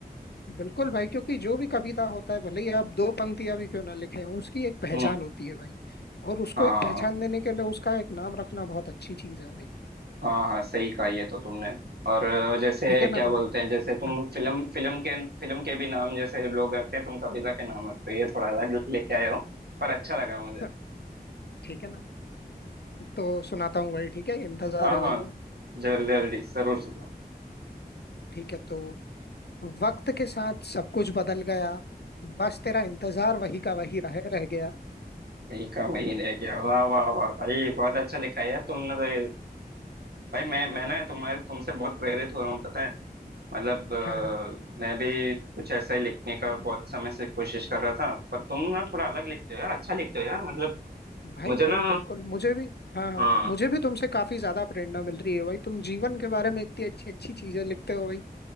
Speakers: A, on the left (about 85°); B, on the right (about 75°).
A: बिल्कुल भाई क्योंकि जो भी कविता होता है भले ही आप दो पंक्तियां भी क्यों ना लिखे हों उसकी एक पहचान
B: हम्म
A: होती है भाई और उसको
B: हाँ
A: एक पहचान देने के लिए उसका एक नाम रखना बहुत अच्छी चीज है भाई
B: हाँ हाँ सही कहा ये तो तुमने और अ, जैसे
A: ठीक है ना
B: क्या बोलते
A: तुम्हें
B: हैं जैसे तुम
A: हाँ
B: फिल्म फिल्म के फिल्म के भी नाम जैसे लोग रखते हैं तुम कविता के नाम रखते हो ये थोड़ा अलग लेके आए हो पर अच्छा लगा मुझे
A: <laughs> ठीक है ना तो सुनाता हूँ भाई ठीक है इंतजार
B: हाँ
A: है भैया
B: हाँ जल्दी जल्दी जरूर सुनना
A: ठीक है तो वक्त के साथ सब कुछ बदल गया बस तेरा इंतजार वही का वही रह रह गया
B: यही काम वही रह गया वाह वाह वाह भाई बहुत अच्छा लिखा है यार तुमने तो ये भाई मैं
A: धन्यवाद
B: मैं ना तुम्हारे
A: भाई
B: तुमसे बहुत प्रेरित हो रहा हूँ पता है मतलब अ,
A: हाँ हाँ
B: मैं भी कुछ ऐसा ही लिखने का बहुत समय से कोशिश कर रहा था पर तुम ना थोड़ा अलग लिखते हो यार अच्छा लिखते हो यार मतलब
A: भाई
B: मुझे
A: भाई
B: ना
A: बिल्कुल मुझे भी हाँ हाँ
B: हाँ
A: मुझे भी तुमसे काफी ज्यादा प्रेरणा मिल रही है भाई तुम जीवन के बारे में इतनी अच्छी अच्छी चीजें लिखते हो भाई